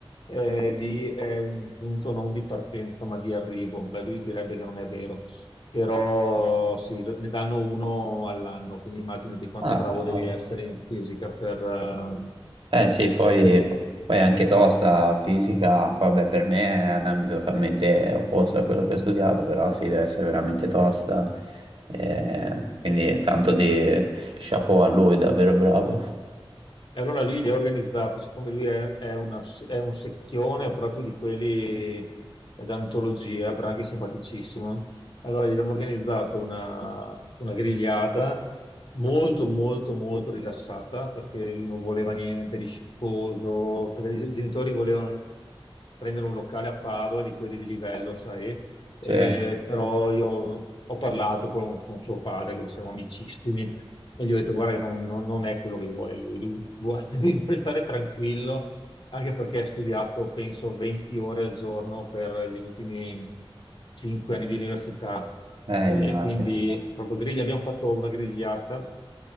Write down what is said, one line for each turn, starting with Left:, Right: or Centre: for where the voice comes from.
Left: eh, lì è un punto non di partenza ma di arrivo, Beh, lui direbbe che non è vero, però sì, lo- ne danno uno all'anno, quindi immaginati quanto
Right: Ah,
Left: bravo
Right: cavolo.
Left: devi essere in fisica per... ehm,
Right: Eh sì, poi,
Left: per-
Right: poi anche tosta, fisica, vabbè, per me è un ambito totalmente opposto a quello che ho studiato, però sì, deve essere veramente tosta. Eh, quindi tanto di chapeau a lui, davvero bravo.
Left: E allora lui gli ha organizzato, siccome lui è, è una- è un secchione proprio di quelli d'antologia, però anche simpaticissimo, allora gli abbiamo organizzato una, una grigliata molto, molto, molto rilassata, perché lui non voleva niente di sciccoso, perché i genitori volevano prendere un locale a Padova di quelli di livello, sai? Eh,
Right: Sì, eh,
Left: però io ho parlato con, con suo padre, che siamo amicissimi, e gli ho detto: Guarda, che non, non- non è quello che vuole lui. Lui vuole, <laughs> lui vuole stare tranquillo anche perché ha studiato, penso, 20 ore al giorno per gli ultimi 5 anni di università
Right: immagino.
Left: e quindi proprio griglia. Abbiamo fatto una grigliata